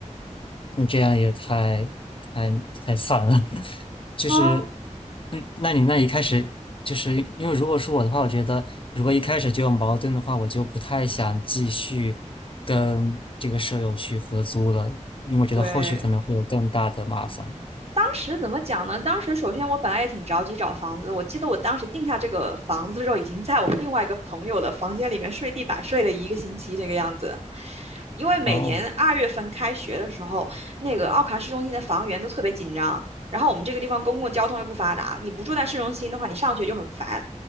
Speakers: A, on the left; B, on the right.
A: 你这样也太太太惨了，<laughs> 就是
B: 啊，
A: 嗯，那你那一开始就是因为如果是我的话，我觉得如果一开始就有矛盾的话，我就不太想继续跟这个舍友去合租了，因为我觉得后续可能会有更大的麻烦。
B: 对，当时怎么讲呢？当时首先我本来也挺着急找房子，我记得我当时定下这个房子的时候，已经在我另外一个朋友的房间里面睡地板睡了一个星期这个样子。因为每年二月份开学的时候，
A: 哦。
B: 那个奥卡市中心的房源都特别紧张，然后我们这个地方公共交通又不发达，你不住在市中心的话，你上学就很烦。